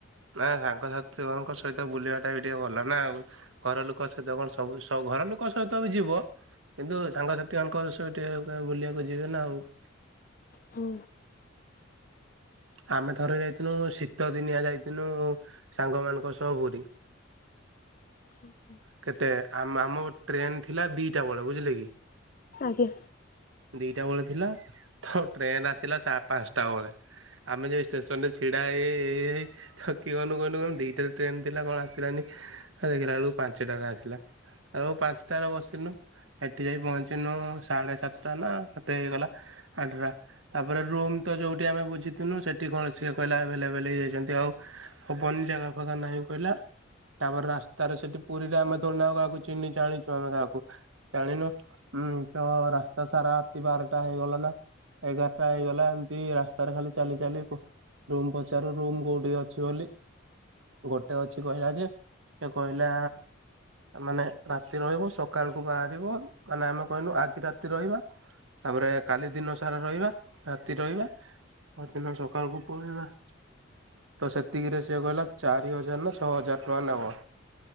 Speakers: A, on the right; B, on the left.
A: ନା ସାଙ୍ଗସାଥି ମାନଙ୍କ ସହିତ ବୁଲିବାଟା ବି ଟିକେ ଭଲ ନା, ଆଉ। ଘର ଲୋକ ଅଛି ତ, ସବୁ ଘର ଲୋକ ସହିତ ବି ଯିବ। କିନ୍ତୁ ସାଙ୍ଗସାଥି ମାନଙ୍କ ସହ ଟିକେ ବୁଲିଆକୁ ଯିବେ ନା, ଆଉ।
B: ହୁଁ।
A: ଆମେ ଥରେ ଯାଇଥିଲୁ ଶୀତ ଦିନିଆ ଯାଇଥିନୁ ସାଙ୍ଗମାନଙ୍କ ସହ ପୁରୀ।
B: ହୁଁ।
A: କେତେ ଆମ ଆମ ଟ୍ରେନ ଥିଲା ଦିଟା ବେଳେ ବୁଝିଲେ କି।
B: ଆଜ୍ଞା।
A: ଦିଟା ବେଳେ ଥିଲା ତ ଟ୍ରେନ ଆସିଲା ସା ପାଞ୍ଚଟା ବେଳେ। ଆମେ ଯାଇ ଷ୍ଟେସନ ରେ ଛିଡ଼ା ହେଇ ହେଇ ହେଇ ହେଇ ହେଇ ଥକି ଗଲୁ କନୁ କହୁନୁ କ ଦୁଇଟାରେ ଟ୍ରେନ୍ ଥିଲା କଣ ଆସିଲାନି। ଆଉ ଦେଖିଲା ବେଳୁ ପାଞ୍ଚଟାରେ ଆସିଲା ଆଉ ପାଞ୍ଚଟାରେ ବସିନୁ। ହେଠି ଯାଇ ପହଞ୍ଚିନୁ ସାଢ଼େ ସାତଟା ନା କେତେ ହେଇଗଲା ଆଠଟା। ତାପରେ ରୁମ୍ ତ ଯୋଉଠି ଆମେ ବୁଝିଥିନୁ ସେଠି କଣ ସିଏ କହିଲା ଆଭେଲେଭେଲ ହେଇଯାଇଛନ୍ତି ଆଉ ହବନି ଜାଗା ଫାଗା ନାହିଁ କହିଲା ତାପରେ ରାସ୍ତାରେ ସେଠି ପୁରୀରେ ଆମେ ଧୁ କାହାକୁ ଚିନି ଜ ଆଣିଛୁମେ କାହାକୁ। ଜାଣିନୁ ଉଁ ତ ରାସ୍ତା ସାରା ରାତି ବାରଟା ହେଇଗଲା ନା। ଏଗାରଟା ହେଇଗଲା ଏମିତି ରାସ୍ତାରେ ଖାଲି ଚାଲି ଚାଲି। ରୁମ୍ ପଚାରୁ ରୁମ୍ କୋଉଠି ଅଛି ବୋଲି। ଗୋଟେ ଅଛି କହିଲା ଯେ ସେ କହିଲା ମାନେ ରାତି ରହିବ ସକାଳକୁୁ ବାହାରିବ। ମାନେ ଆମେ କହିଲୁ ଆଜି ରାତି ରହିବା। ତାପରେ କାଲି ଦିନ ସାରା ରହିବା ରାତି ରହିବା। ପହରଦିନ ସକାଳକୁ ପଳେଇବା। ତ ସେତିକିରେ ସିଏ କହିଲା ଚାରି ହଜାର ନା ଛଅ ହଜାର ଟଙ୍କା ନବ।